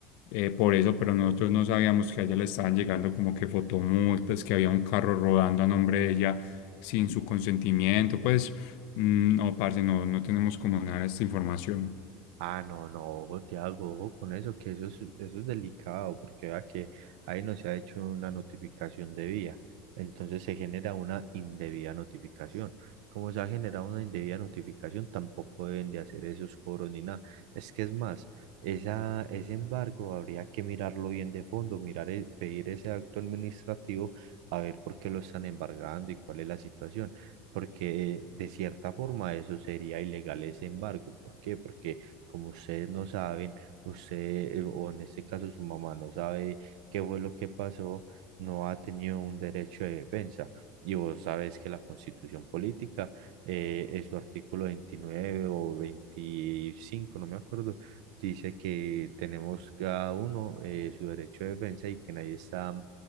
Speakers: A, on the left; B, on the right.
A: eh, por eso, pero nosotros no sabíamos que a ella le estaban llegando como que fotomultas, que había un carro rodando a nombre de ella sin su consentimiento. Pues mm, no, parce, no, no tenemos como nada de esta información.
B: Ah, no, no, ojo, Tiago, ojo con eso, que eso es, eso es delicado, porque vea que ahí no se ha hecho una notificación debida, entonces se genera una indebida notificación. Como se ha generado una indebida notificación, tampoco deben de hacer esos cobros ni nada. Es que es más, esa, ese embargo habría que mirarlo bien de fondo, mirar, el- pedir ese acto administrativo, a ver por qué lo están embargando y cuál es la situación. Porque de cierta forma eso sería ilegal ese embargo. ¿Por qué? Porque como ustedes no saben, usted eh, o en este caso su mamá no sabe qué fue lo que pasó, no ha tenido un derecho de defensa. Y vos sabes que la Constitución Política, eh, en su artículo 29 o 25 no me acuerdo, dice que tenemos cada uno eh, su derecho de defensa y que nadie está